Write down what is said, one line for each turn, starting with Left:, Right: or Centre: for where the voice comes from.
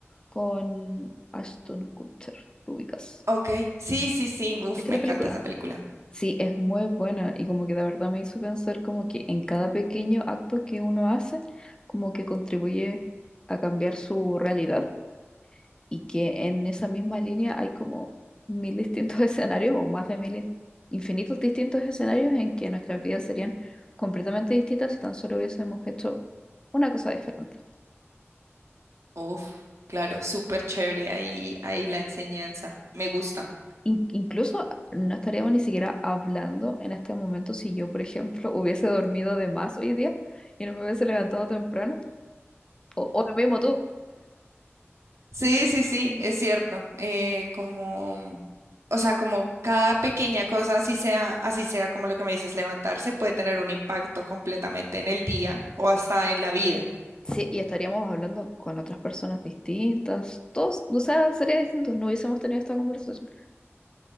Left: con Ashton Kutcher, ¿lo ubicas?
Right: Ok, sí, sí, sí, uf,
Left: ¿Viste
Right: me
Left: la
Right: encanta
Left: película?
Right: esa película.
Left: Sí, es muy buena y como que de verdad me hizo pensar como que en cada pequeño acto que uno hace, como que contribuye a cambiar su realidad y que en esa misma línea hay como mil distintos <laughs> escenarios o más de mil, infinitos distintos escenarios en que nuestras vidas serían completamente distintas si tan solo hubiésemos hecho una cosa diferente.
Right: Uf, claro, súper chévere ahí, ahí la enseñanza, me gusta.
Left: In- incluso no estaríamos ni siquiera hablando en este momento si yo, por ejemplo, <laughs> hubiese dormido de más hoy día y no me hubiese levantado temprano. O, o lo mismo tú.
Right: Sí, sí, sí, es cierto. eh, como, o sea, como cada pequeña cosa, así sea, así sea como lo que me dices, levantarse, puede tener un impacto completamente en el día o hasta en la vida.
Left: Sí, y estaríamos hablando con otras personas distintas. Todos, o sea, sería distinto. No hubiésemos tenido esta conversación.